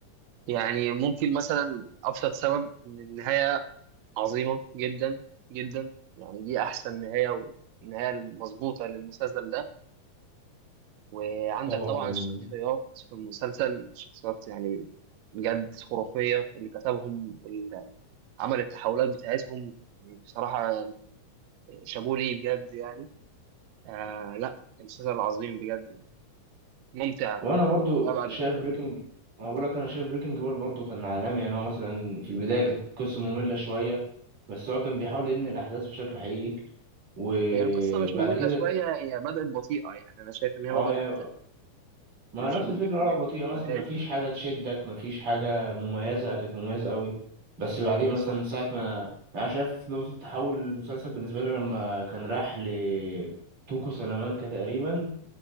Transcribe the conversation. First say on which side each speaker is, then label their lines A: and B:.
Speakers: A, on the right; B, on the right.
A: يعني ممكن مثلا ابسط سبب ان النهايه عظيمه جدا جدا يعني دي احسن نهايه والنهايه المظبوطه للمسلسل ده وعندك
B: طبعا
A: طبعا
B: مم.
A: الشخصيات في المسلسل شخصيات يعني بجد خرافيه اللي كتبهم والعمل التحولات بتاعتهم بصراحه شابوه ليه بجد يعني آه لا المسلسل عظيم بجد ممتع
B: وانا برضو
A: لأبعد
B: شايف
A: الحدود
B: بريكنج انا بقول لك انا شايف بريكنج باد برضو كان عالمي يعني هو مثلا في البدايه كانت القصه ممله شويه بس هو كان بيحاول يبني الاحداث بشكل حقيقي وبعد
A: هي القصة مش مملة
B: كده
A: شوية هي بدأت بطيئة يعني أنا شايف إن هي
B: اه
A: بدأت
B: هي ما
A: مش
B: نفس
A: يعني
B: الفكرة قلعة بطيئة مثلا
A: على الهادي
B: ما فيش حاجة تشدك ما فيش حاجة مميزة كانت مميزة قوي بس بعدين
A: بالظبط
B: مثلا من ساعة ما يعني أنا شايف نقطة تحول المسلسل بالنسبة لي لما كان راح لتوكو سلامانكا تقريبا